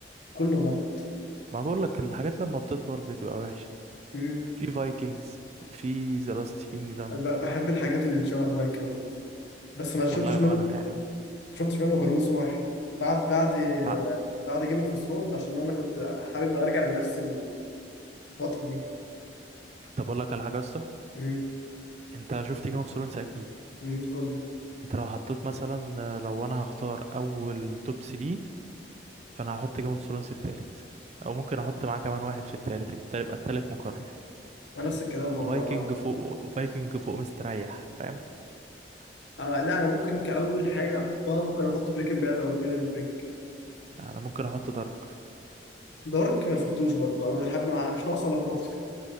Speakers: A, on the left; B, on the right.
A: كله مط
B: ما بقول لك الحاجات لما بتطول بتبقى وحشه
A: مم.
B: في فايكنجز في ذا لاست كينجدم
A: أنا ب- بحب الحاجات اللي شبه فايكنجز بس ما
B: والله
A: شفتش منه
B: وانا يعني
A: شفتش منه غير موسم واحد بعد بعد آه،
B: لا
A: بعد جيم اوف ثرونز عشان انا كنت حابب ارجع لنفس الفتره دي
B: طب اقول لك على حاجه لسه
A: مم.
B: انت شفت جيم اوف ثرونز اكيد
A: مم. كله
B: انت لو حطيت مثلا لو انا هختار اول توب 3 فانا هحط جيم اوف ثرونز التالت او ممكن احط معاه كمان واحد في التالت يبقى يبقى التالت مقرر
A: ونفس الكلام برضه
B: فايكنج فوق فايكنج فوق مستريح فاهم
A: آه لا انا ممكن كاول حاجه احطها ممكن احط بريكنج باد او بريزون بريك
B: انا ممكن احط دارك
A: دارك ما شفتوش برضو انا حابب مع- مش ناقصه لخبطه